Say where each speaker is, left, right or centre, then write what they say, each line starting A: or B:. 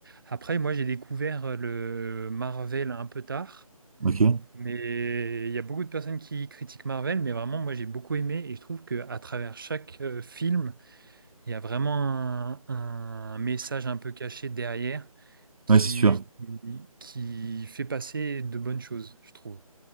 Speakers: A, on the right; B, on the right.
A: Après, moi, j'ai découvert euh, le Marvel un peu tard,
B: ok.
A: mais il y a beaucoup de personnes qui critiquent Marvel, mais vraiment, moi, j'ai beaucoup aimé, et je trouve que à travers chaque euh, film, il y a vraiment un un message un peu caché derrière qui,
B: Ouais, c'est sûr.
A: qui qui fait passer de bonnes choses, je trouve.